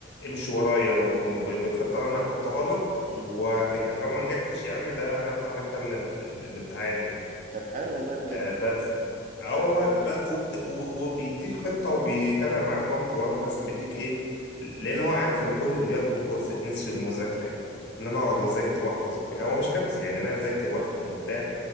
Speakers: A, on the left; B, on the right.
A: آه، امشي ورايا وبالخطه اللي انا هحطها لك
B: <laughs> مم.
A: وهتنجح لو ما نجحتش يا عم ده انا هدفع لك ثمن ال- ال- الامتحان يعني
B: طب حلو والله بجد
A: آه، بس
B: طب
A: اه
B: حلو
A: والله ب- ب- وبت... و- وبيديك خطه وبيتابع معاك 1 تو 1 مثلا بيديك ايه لان هو عارف ان كل اللي بياخدوا الكورس نسيوا المذاكره يعني ان انا اقعد واذاكر واحفظ وكده هو مش حفظ يعني إن انا اذاكر وافهم وبتاع